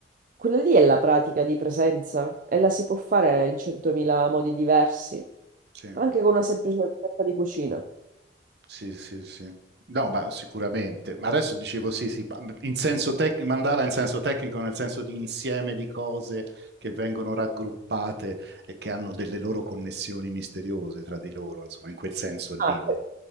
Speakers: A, on the right (about 50°); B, on the right (about 65°).
A: Quella lì è la pratica di presenza e la si può fare in centomila modi diversi,
B: Sì.
A: ma anche con una semplice ricetta di cucina.
B: Sì, sì, sì. No, ma sicuramente. Ma adesso dicevo sì, sì, ma in senso tec- mandala in senso tecnico, nel senso di insieme di cose che vengono raggruppate e che hanno delle loro connessioni misteriose tra di loro, insomma, in quel senso lì.
A: Ah, que-